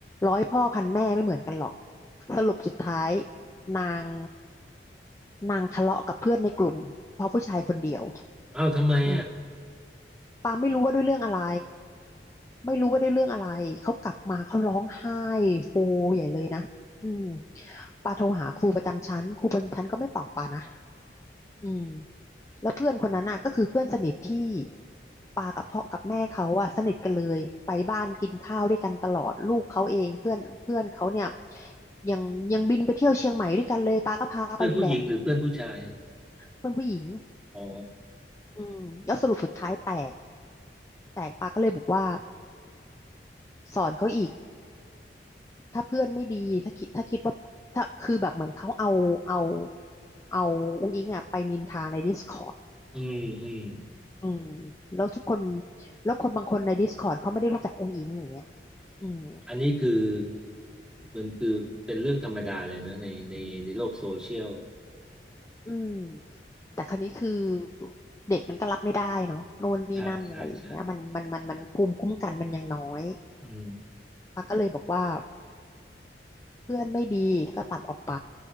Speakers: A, on the left (about 15°); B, in the centre.
A: ร้อยพ่อพันแม่ไม่เหมือนกันหรอก สรุปสุดท้ายนางนางทะเลาะกับเพื่อนในกลุ่มเพราะผู้ชายคนเดียว
B: เอ้าทำไมอ่ะ
A: อืมปาไม่รู้ว่าด้วยเรื่องอะไร ไม่รู้ว่าด้วยเรื่องอะไร เขากลับมาเขาร้องไห้โฮใหญ่เลยนะอืมปาโทรหาครูประจำชั้นครูประจำชั้นก็ไม่ตอบปานะ อืมแล้วเพื่อนคนนั้นน่ะก็คือเพื่อนสนิทที่ปากับพ่อกับแม่เขาอะสนิทกันเลยไปบ้านกินข้าวด้วยกันตลอดลูกเขาเองเพื่อนเพื่อนเขาเนี่ยยังยังบินไปเที่ยวเชียงใหม่ด้วยกันเลยปาก็พาไปนี่แหละ
B: เพื่อนผู้หญิงหรือเพื่อนผู้ชาย
A: เพื่อนผู้หญิง
B: อ๋อ
A: อืมแล้วสรุปสุดท้ายแตกแตกปาก็เลยบอกว่าสอนเขาอีกถ้าเพื่อนไม่ดีถ้าคิดถ้าคิดว่าถ้าคือแบบเหมือนเขาเอาเอาเอาอุ้งอิงอะไปนินทาใน Discord
B: อืมอืม
A: อืมแล้วทุกคนแล้วคนบางคนใน Discord เขาไม่ได้รู้จักองค์หญิงอย่างเงี้ยอืม
B: อันนี้คือมันคือเป็นเรื่องธรรมดาเลยนะในในในโลกโซเชียล
A: อืมแต่คราวนี้คือเด็กมันก็รับไม่ได้เนาะโน่นนี่นั่นอะไรอย่างเงี้ยมันมันมันมันภูมิคุ้มกันมันยังน้อย
B: ใช่ ใช่ใช่อืม
A: ป้าก็เลยบอกว่าเพื่อนไม่ดีก็ตัดออกไป